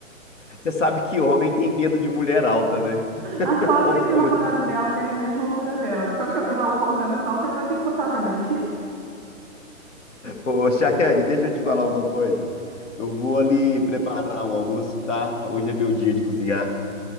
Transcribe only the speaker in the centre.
A sorte
é que
o namorado dela tem a mesma altura dela. Só que agora ela colocando salto, ele vai ter que botar também. <laughs>